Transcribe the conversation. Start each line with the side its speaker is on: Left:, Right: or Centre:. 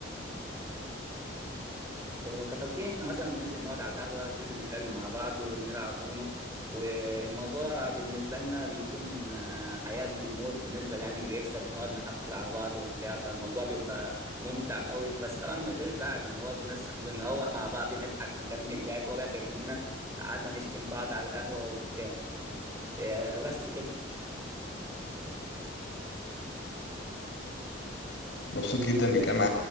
Right: آه، كترفيه احنا مثلا بننزل نقعد على القهوة بننزل نتكلم مع بعض ونلعب دومينو والموضوع بالنسبة لنا بيكون آه، حياة وموت بالنسبة يعني اللي يكسب بنقعد نحفل على بعض وبتاع فالموضوع بيبقى ممتع قوي بس طبعا من غير زعل اللي هو بنس- بنروح مع بعض نضحك نكمل لعب ولا كأننا قعدنا نشتم بعض على القهوة وبتاع آه، بس كده
Left: مبسوط جدا بالكلام